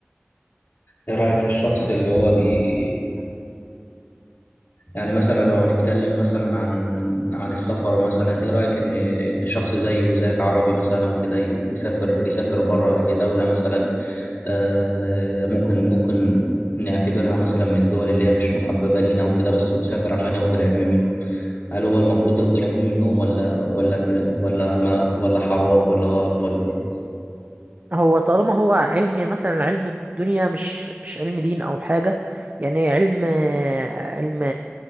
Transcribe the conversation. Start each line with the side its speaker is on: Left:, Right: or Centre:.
Left: إيه رأيك في الشخص اللي هو بي... يعني مثلا لو هنتكلم مثلا عن عن السفر مثلا ايه رأيك ان ان شخص زيي وزيك عربي مثلا او كده يسافر يسافر بره لدولة مثلا آه، ممكن ممكن نعتبرها مثلا من الدول اللي هي مش محببة لينا وكده بس مسافر عشان ياخد العلم منهم هل هو المفروض ياخد العلم منهم ولا ولا ولا ما ولا حرام ولا غلط ولا ايه
Right: هو طالما هو علم مثلا علم الدنيا مش مش علم دين او حاجه يعني علم علم